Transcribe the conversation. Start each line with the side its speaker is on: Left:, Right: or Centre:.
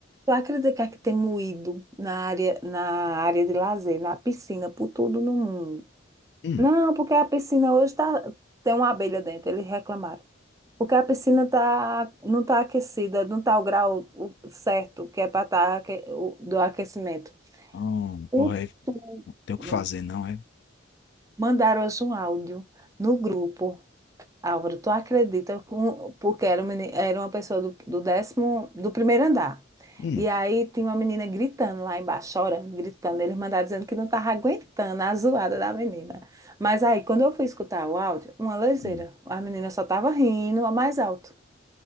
Right: tu acredita que tem moído na área, na área de lazer, na piscina, por tudo no mundo?
Left: Hum,
Right: Não, porque a piscina hoje tá, tem uma abelha dentro, eles reclamaram. Porque a piscina tá, não está aquecida, não está o grau o- certo que é para estar do aquecimento.
Left: hum,
Right: O,
Left: porra, é-
Right: tu-
Left: não tem o que fazer, não é?
Right: mandaram hoje um áudio no grupo Álvaro, tu acredita, com- porque era, um meni- era uma pessoa do, do décimo, do primeiro andar.
Left: Hum,
Right: E aí tinha uma menina gritando lá embaixo, chorando, gritando. Eles mandaram dizendo que não estava aguentando a zoada da menina. Mas aí, quando eu fui escutar o áudio, uma leseira.
Left: hum.
Right: A menina só estava rindo, a mais alto.